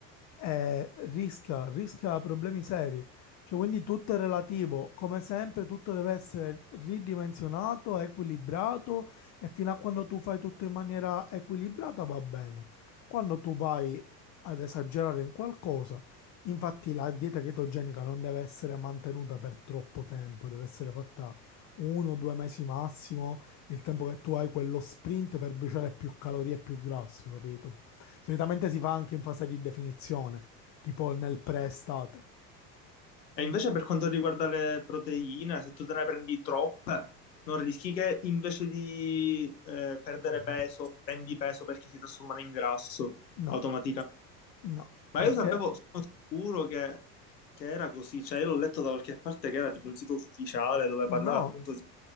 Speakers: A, on the left; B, on the left.
A: eh, rischia, rischia problemi seri. Cioè, quindi tutto è relativo, come sempre tutto deve essere ridimensionato, equilibrato e fino a quando tu fai tutto in maniera equilibrata va bene. Quando tu vai ad esagerare in qualcosa, infatti la dieta chetogenica non deve essere mantenuta per troppo tempo, deve essere fatta uno o due mesi massimo, il tempo che tu hai quello sprint per bruciare più calorie e più grasso, capito? Solitamente si fa anche in fase di definizione, tipo nel pre-estate.
B: E invece per quanto riguarda le proteine, se tu te ne prendi troppe, non rischi che invece di eh, perdere
A: Cosa?
B: peso, prendi peso perché si trasformano in grasso
A: No,
B: automaticamente.
A: no,
B: Ma
A: perché
B: io sapevo, sono sicuro che, che era così, cioè io l'ho letto da qualche parte che era tipo un sito ufficiale dove
A: no,
B: parlava appunto di